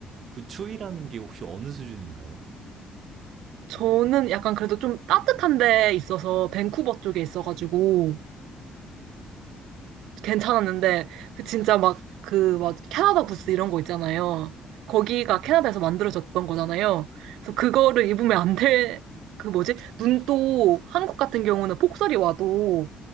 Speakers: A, on the right; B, on the right.
A: 그 추위라는 게 혹시 어느 수준인가요?
B: 저는 약간 그래도 좀 따뜻한 데 있어서 밴쿠버 쪽에 있어가지고 괜찮았는데 그 진짜 막 그 막 캐나다 부스 이런 거 있잖아요. 거기가 캐나다에서 만들어졌던 거잖아요. 그래서 그거를 입으면 안 돼. 그 뭐지? 눈도 한국 같은 경우는 폭설이 와도